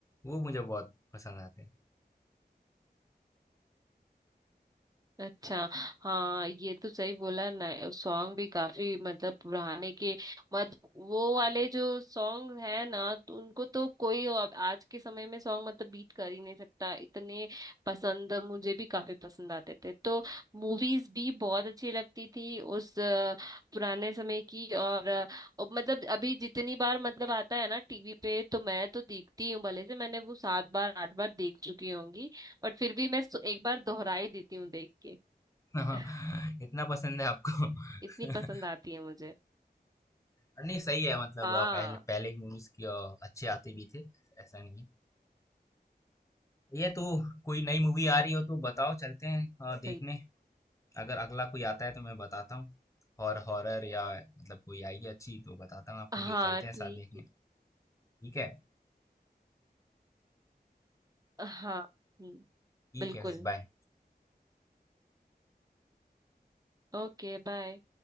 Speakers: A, on the left; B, on the right.
A: वो मुझे बहुत पसंद आते हैं।
B: अच्छा हाँ ये तो सही बोला ना सॉन्ग भी काफी मतलब पुराने के मत वो वाले जो सॉन्ग है ना तो उनको तो कोई अब आज के समय में सॉन्ग मतलब बीट कर ही नहीं सकता इतने पसंद मुझे भी काफी पसंद आते थे तो मूवीज भी बहुत अच्छी लगती थी उस अ, पुराने समय की और अ, अब मतलब अभी जितनी बार मतलब आता है ना टीवी पे तो मैं तो देखती हूँ भले से मैंने वो सात बार आठ बार देख चुकी होंगी बट फिर भी मैं सो- एक बार दोहरा ही देती हूँ देख के
A: <laughs>
B: <laughs>
A: इतना पसंद है आपको
B: इतनी
A: <laughs>
B: पसंद आती है मुझे
A: नहीं सही है मतलब
B: हाँ
A: अ, पहले पहले की मूवीज की अ, अच्छे आते भी थे ऐसा नहीं है ये तो कोई नई मूवी आ रही हो तो बताओ चलते हैं अ, देखने
B: बिल
A: अगर अगला कोई आता है तो मैं बताता हूँ हॉर हॉरर या मतलब कोई आई है अच्छी तो बताता हूँ आपको
B: हाँ
A: फिर चलते
B: ठीक
A: हैं साथ देखने
B: है
A: ठीक है
B: हाँ हम्म,
A: ठीक
B: बिल्कुल
A: है फिर बाय
B: ओके बाय